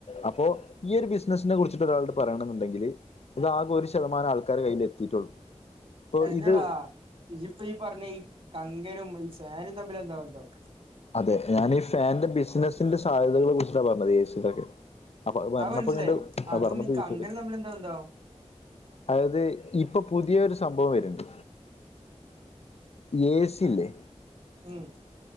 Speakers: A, on the left; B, on the right.
A: അപ്പൊ ഈ ഒരു ബിസിനസിനെ കുറിച്ചിട്ട് ഒരാളട് പറയണെന്നുണ്ടെങ്കില് ഇതാകെ ഒരു ശതമാനം ആൾക്കാരാകയ്യിൽ എത്തിയിട്ടുള്ളൂ ഇപ്പൊ
B: എല്ലേടാ
A: ഇത്
B: ഇതിപ്പോ ഈ പറഞ്ഞ ഈ കങ്കനും ഈ ഫാനും തമ്മിൽ എന്താ ബന്ധം
A: അതെ ഞാൻ ഈ ഫാൻന്റെ ബിസിനസ്സിന്റെ സാധ്യതകെ കുറിച്ചട്ടാണ് പറഞ്ഞത് എ സയിലൊക്കെ അപ്പൊ അത് വരണപ്പ
B: മനസ്സിലായി
A: കണ്ട്
B: അതും
A: ഭരണപ്പ
B: ഈ കങ്കനും
A: വിശ്സ
B: തമ്മിൽ എന്താ ബന്ധാവും
A: അതായത് ഇപ്പൊ പുതിയ ഒരു സംഭവം വരുണ്ട് യേ സിലെ
B: ഉം